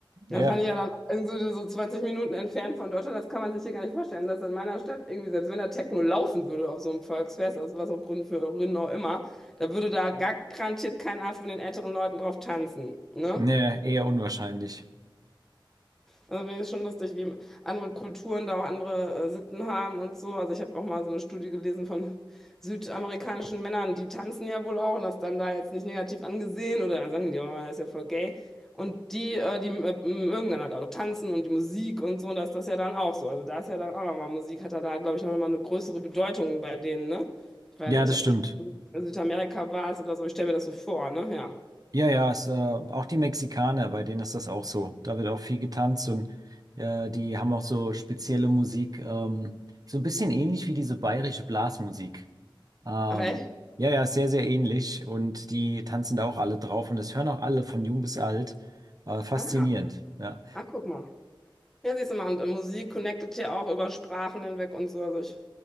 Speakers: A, on the right; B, in the centre.
A: Ja,
B: Da fand ich ja dann irgendwie so, so 20 Minuten entfernt von Deutschland, das kann man sich hier gar nicht vorstellen, dass in meiner Stadt irgendwie, selbst wenn da Techno laufen würde auf so einem Volksfest, aus was auch Grund für Gründen auch immer, da würde da gar garantiert keiner von den älteren Leuten drauf tanzen, ne?
A: nee, eher unwahrscheinlich.
B: Also finde ich schon lustig, wie andere Kulturen da auch andere äh, Sitten haben und so. Also ich habe auch mal so eine Studie gelesen von südamerikanischen Männern, die tanzen ja wohl auch und das dann da jetzt nicht negativ angesehen oder sagen die, oh, er ist ja voll gay. Und die, äh, die äh, mögen dann halt auch tanzen und die Musik und so, und das ist das ja dann auch so. Also da ist ja dann auch nochmal Musik, hat dann da, glaube ich, noch mal eine größere Bedeutung bei denen, ne? Ich weiß
A: Ja,
B: nicht,
A: das
B: ob
A: stimmt.
B: du schon in Südamerika warst oder so, ich stelle mir das so vor, ne? Ja.
A: Ja, ja, es, äh, auch die Mexikaner, bei denen ist das auch so. Da wird auch viel getanzt und äh, die haben auch so spezielle Musik, ähm, so ein bisschen ähnlich wie diese bayerische Blasmusik. Ähm,
B: Ach echt?
A: ja, ja, sehr, sehr ähnlich und die tanzen da auch alle drauf und das hören auch alle von jung bis alt. Äh, faszinierend,
B: Aha.
A: ja.
B: Ach, guck mal. Ja, siehst du mal, und äh, Musik connectet ja auch über Sprachen hinweg und so. Also ich,